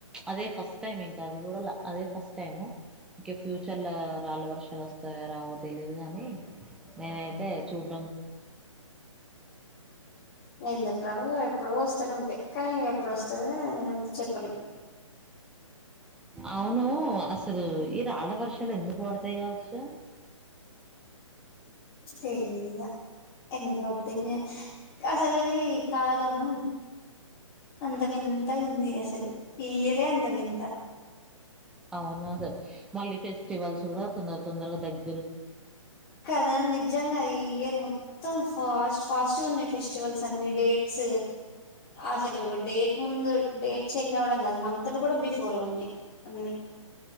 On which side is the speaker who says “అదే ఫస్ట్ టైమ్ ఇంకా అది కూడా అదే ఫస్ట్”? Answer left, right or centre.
Centre